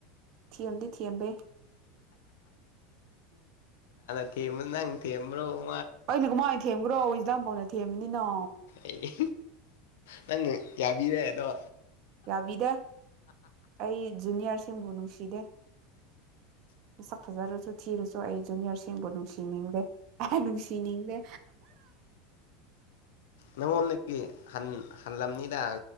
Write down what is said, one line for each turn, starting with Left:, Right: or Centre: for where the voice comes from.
Right: ꯊꯤꯑꯝꯗꯤ ꯊꯤꯑꯕ
Left: ꯀꯦꯃ ꯅꯪ ꯇꯦꯕ꯭ꯔꯣ
Right: ꯑꯩꯅꯀ ꯃꯥꯏ ꯊꯦꯝꯒ꯭ꯔꯣ ꯍꯗꯥ ꯐꯧꯅ ꯊꯦꯝꯕꯅꯤꯅꯣ
Left: ꯑꯩ ꯅꯪ ꯌꯥ ꯏꯔꯦꯗꯣ
Right: ꯌꯥꯕꯤꯗꯦ ꯑꯩ ꯖꯨꯅꯤꯌꯔꯁ ꯁꯤꯕꯨ ꯅꯨꯡꯁꯤꯗꯦ ꯃꯁꯛ ꯐꯖꯔꯁꯨ ꯊꯤꯔꯨꯁꯨ ꯑꯩ ꯖꯨꯅꯤꯌꯔꯁꯤꯡꯕꯨ ꯅꯨꯡꯁꯤꯅꯤꯡꯗꯦ ꯅꯨꯡꯁꯤꯅꯤꯡꯗꯦ
Left: ꯅꯪꯉꯣꯟꯗꯒꯤ ꯍꯥꯟꯂꯝꯅꯤꯗ